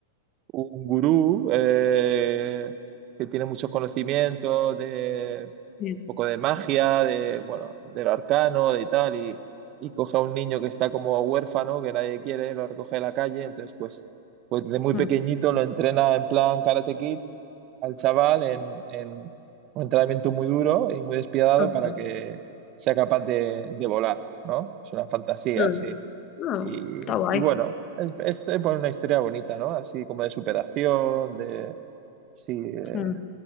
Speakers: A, on the right; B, on the left.
A: un gurú eh, que tiene muchos conocimientos de un
B: Bien.
A: poco de magia, de bueno, del arcano, de tal, y, y coge a un niño que está como huérfano, que nadie quiere, lo recoge de la calle, entonces pues, pues de muy
B: Mm.
A: pequeñito lo entrena en plan Karate Kid al chaval en, en un entrenamiento muy duro y muy despiadado
B: Ostras.
A: para que sea capaz de, de volar, ¿no? Es una fantasía,
B: Mm.
A: sí.
B: No,
A: Y,
B: está guay.
A: y bueno, es, es, es una historia bonita, ¿no? Así como de superación, de... Sí, eh,
B: Mm.